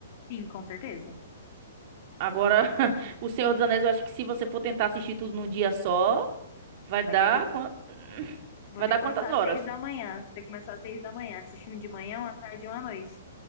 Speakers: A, on the left; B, on the right.
A: sim, com certeza.
B: Agora <laughs> O Senhor dos Anéis, eu acho que se você for tentar assistir tudo num dia só, vai dar
A: Vai ter que,
B: quan-
A: vou
B: vai
A: ter
B: dar
A: que
B: quantas
A: começar
B: horas?
A: às seis da manhã. Vou ter que começar às seis da manhã. Assistir um de manhã, uma tarde e uma noite.